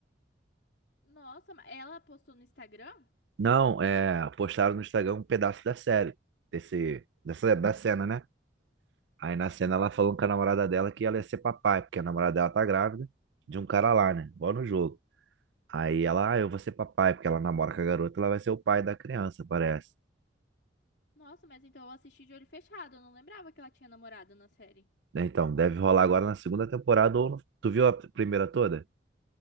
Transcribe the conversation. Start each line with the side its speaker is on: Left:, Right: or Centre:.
Left: Nossa, mas ela postou no Instagram?
Right: Não, é, postaram no Instagram um pedaço da série, desse, dessa, da cena, né? Aí na cena ela falou com a namorada dela que ela ia ser papai, porque a namorada dela tá grávida de um cara lá, né? Igual no jogo. Aí ela, ah, eu vou ser papai, porque ela namora com a garota, ela vai ser o pai da criança, parece.
Left: Nossa, mas então eu assisti de olho fechado. Eu não lembrava que ela tinha namorado na série.
Right: Então, deve rolar agora na segunda temporada ou no... Tu viu a primeira toda?